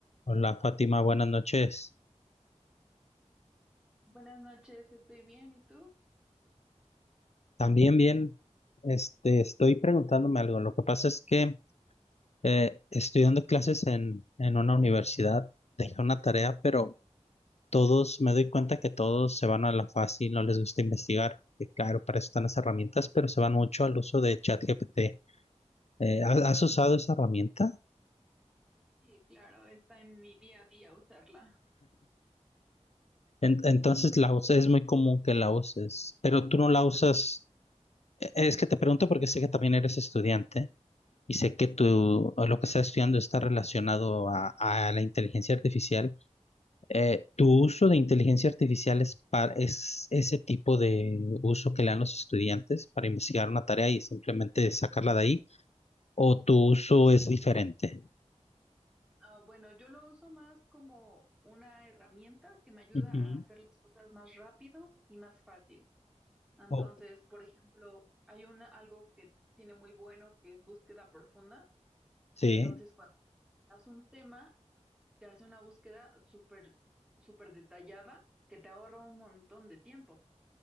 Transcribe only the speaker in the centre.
Buenas noches, estoy bien, ¿y tú?
Sí, claro, está en mi día a día usarla.
Ah, bueno, yo lo uso más como una herramienta que me ayuda
a hacer las cosas más rápido y más fácil. Entonces,
por ejemplo, hay una, algo que tiene muy bueno que es búsqueda profunda,
que entonces cuando haces un tema, te hace una búsqueda súper, súper detallada que te ahorra un montón de tiempo.